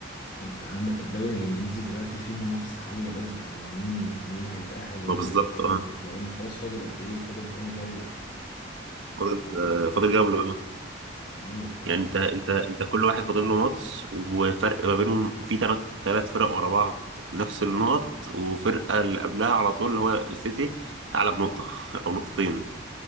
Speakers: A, on the left; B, on the right.
A: أنت عندك الدوري الإنجليزي دلوقتي فيه منافسة عالية قوي على مين ي... مين هيتأهل لدوري
B: ما بالظبط
A: الأبطال
B: اه
A: لو إن خلاص فاضل قد إيه فاضل كام جولة يعني ده
B: فاضل
A: ما...
B: آه، فاضل جولة اه
A: آه ف
B: يعني انت انت انت كل واحد فاضل له ماتش وفرق ما بينهم في ثلاث ثلاث فرق ورا بعض نفس النقط وفرقة اللي قبلها على طول اللي هو السيتي أعلى بنقطة <laughs> أو نقطتين